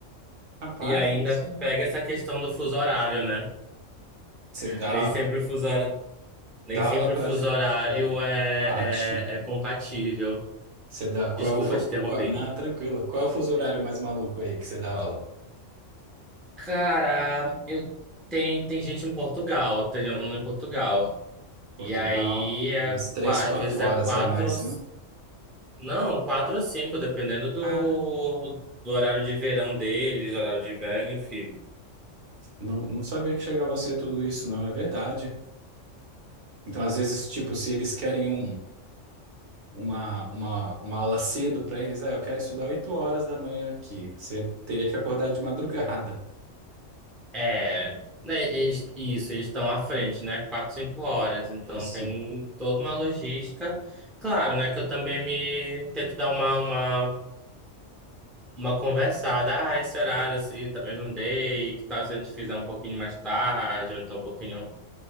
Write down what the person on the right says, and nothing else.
Rapaz,
isso.
Você dá,
dá
aula pra.
É,
Pati.
Você dá. Qual
é o. fu-
Qual,
não, tranquilo. Qual é o fuso horário mais maluco aí que você dá aula?
Portugal,
umas três,
quatro
horas
a mais, né?
Caramba.
Não, não sabia que chegava a ser tudo isso, não. É verdade. Então, às vezes, tipo, se eles querem um, uma, uma, uma aula cedo pra eles, ah, eu quero estudar oito horas da manhã aqui. Você teria que acordar de madrugada.
<laughs> Isso,